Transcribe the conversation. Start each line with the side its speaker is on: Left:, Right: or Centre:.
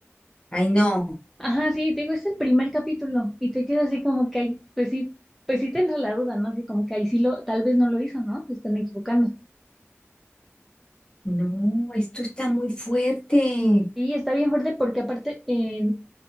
Left: ay, no,
Centre: Ajá, sí, te digo, es el primer capítulo y te quedas así como que ahí, pues sí, pues sí te entra la duda, ¿no? Así como que ahí sí lo, tal vez no lo hizo, ¿no? Se están equivocando.
Left: no, esto está muy fuerte.
Centre: Sí, está bien fuerte porque aparte, eh,